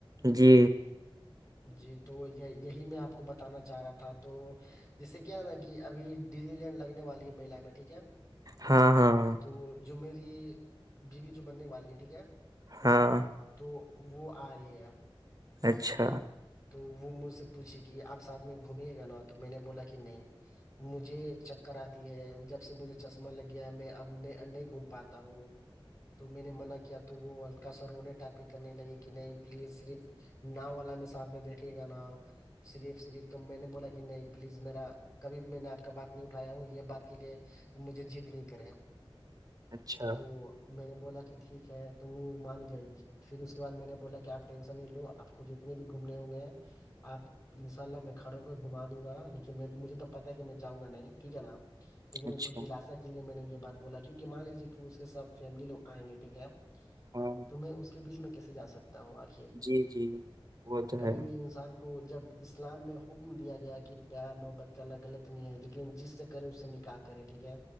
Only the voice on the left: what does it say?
جی تو یہ یہی میں آپ کو بتانا چاہ رہا تھا تو جس سے کیا نا کہ ابھی ڈزی لینڈ لگنے والی ہے می میں ٹھیک ہے
تو جو میری بیوی جو بننے والی ہے ٹھیک ہے
تو وہ آ رہی ہے اب
تو وہ مجھ سے پوچھی کہ آپ ساتھ میں گھمیے گا نا تو میں نے بولا کہ نہیں مجھے چکر آتی ہے جب سے مجھے چشمہ لگیا میں اب نہیں گھوم پاتا ہوں
تو میں نے منع کیا تو وہ ک سر ہوونے ٹپ کے کرنے لگے کہ نہیں پلیز صرف نا والا میں ساتھ میں بیٹھیے گا نا صریف صریف تو میں نے بولا کہ نہیں پلیز میرا کبھی بھی میں نے ناٹ کا بات نہیں اٹھایا ہوں یہ بات کے لیے مجھے جد نہیں کریں
تو میں نے بولا کہ ٹھیک ہے تو وہ مان گئی پھر اس کے بعد میں نے بولا کہ آپ ٹینشن نہیں لو آپ کو جتنی بھی گھومنے ہوں گے ہیں آپ ان شاء اللہ میں کھڑوں ہو کر گھما دوں گا لیکن میں مجھے تو پتا ہے کہ میں جؤں گا نہیں ٹھیک ہے نا لیکن
اس کو دلا سا لیے میں نے یہ بات بولا کیونکہ مان لیجیے کہ اس کے سب فیملی لوگئیں گے ٹھیک ہے
تو میں اس کے بیچ میں کیسے جا سکتا ہوں آخر
کبھی
بھی انسان کو جب اسلام میں حکم دیا گیا کہ پیار محبت کرنا غلط نہیں ہے لیکن جس سے کر اسے نکل کیا کرے ٹھیک ہے